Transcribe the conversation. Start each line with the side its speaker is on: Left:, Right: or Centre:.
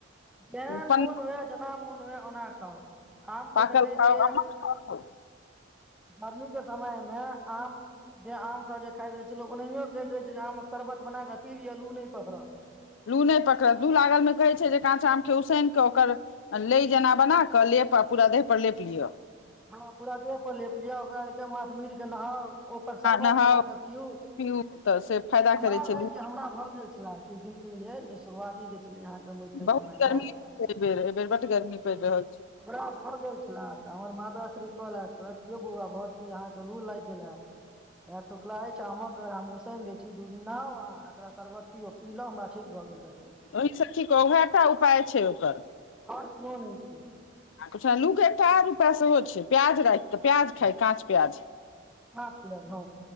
Centre: जेहन
Left: पन्ना
Centre: मोन हुए जेना मोन हुए ओना खाउ आम के
Left: पाकल
Centre: देखै
Left: खाउ
Centre: छियै
Left: अम्मट खाउ
Centre: गर्मी के समय में आम जे आमसभ जे खाइत रहै छै ल ओनाहियो कहैत रहै छै जे आमक शर्बत बना कऽ पी लिय अ लू नहि पकड़त
Left: लू नहि पकड़त लू लागल में कहै छै जे काँच आम के उसऐन कऽ ओकर लै जेना बना कऽ लेप आ पूरा देहपर लेप लिअ
Centre: हँ पूरा देह पर लेप लिअ ओकरा माथ मिर के नहाउ ओकर शरबत
Left: नहाउ
Centre: बना कऽ पियू
Left: पीउ तऽ से फायदा
Centre: हमरा
Left: करै छै
Centre: लाग
Left: लू
Centre: हमरा भऽ गेल छले किछ दिन पहिल शुरुआती जे अहाँ केे समय
Left: बहुत गर्मी
Centre: में हँ
Left: एहिबेर एहिबेर बड गर्मी पड़ि रहल छै
Centre: हमरा भऽ गेल छले तऽ हमर माँ स्त्री कहल कह यौ बौआ भ सके यै अहाँ के लू लागि गेल है टीकला अछि आमक हम उसैन देय छी दू दिन नहााव आह एकरा शरबत पीयु पीलो हमरा ठीक भऽ गेल तखन
Left: ओहिसँ ठीक ओहो टा उपाय छै ओकर
Centre: ओर कोनो नहि छै
Left: पछुलू क एकटा आ र उपय सेहो छै प्याज राखि कऽ प्याज खाय काँच प्याज
Centre: काच प्याज हॅ